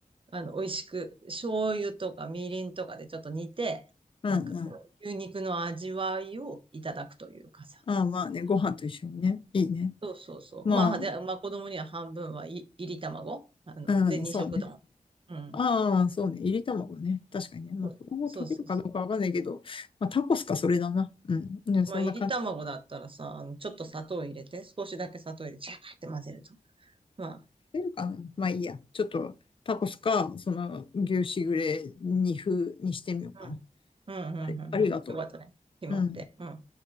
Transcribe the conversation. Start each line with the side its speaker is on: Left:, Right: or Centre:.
Right: あの、美味しく、醤油とかみりんとかでちょっと煮て、
Left: うん、
Right: なんかこう、
Left: うん。
Right: 牛肉の味わいをいただくというかさ。
Left: ああ、まあね、ご飯と一緒にね。いいね。
Right: そうそうそう。
Left: まあ、
Right: まあ、で、まあ子供には半分はい、いり卵あの、
Left: うん、
Right: で、二色丼。
Left: そうね。
Right: うん。
Left: ああ、そうね。入り卵ね。確かにね。まあ、
Right: そ
Left: 子供食べるかどうかわかんないけど、
Right: うそうそう
Left: まあ、タコスか、それだな。うん。ね、そんな感じ。
Right: まあ、いり卵だったらさ、あの、ちょっと砂糖を入れて、少しだけ砂糖入れて、ジャーって混ぜると。まあ、
Left: 出るかな。まあ、いいや。ちょっと、タコスか、その、牛しぐれ、二風にしてみようかな。
Right: うん。うん、うん、
Left: ありありがと
Right: うん、うん。よかったね。決まって。
Left: う。うん。
Right: うん。